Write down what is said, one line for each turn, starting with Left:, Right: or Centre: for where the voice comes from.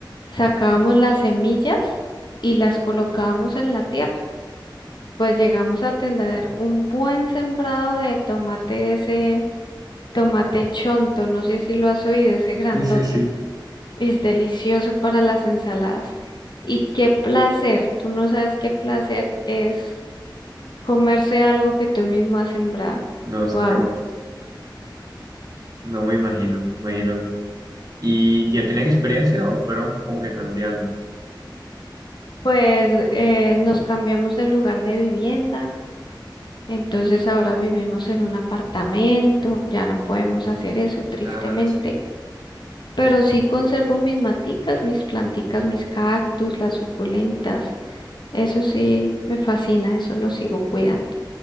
Left: sacábamos las semillas y las colocábamos en la tierra. Pues llegamos a tener un buen sembrado de tomate, ese tomate chonto, no sé si lo has oído, ese grandote.
Right: Sí, sí, sí.
Left: Es delicioso para las ensaladas. Y qué placer, tú no sabes qué placer es Comerse algo que tú mismo has sembrado.
Right: No sé
Left: Wow.
Right: qué bonito. No me imagino, me imagino. ¿Y ya tenían experiencia o fueron como que tanteando?
Left: Pues eh, nos cambiamos de lugar de vivienda, entonces ahora vivimos en un apartamento, ya no podemos hacer eso, tristemente.
Right: Ah, vale, sí.
Left: Pero sí conservo mis maticas, mis planticas, mis cactus, las suculentas. Eso sí me fascina, eso lo sigo cuidando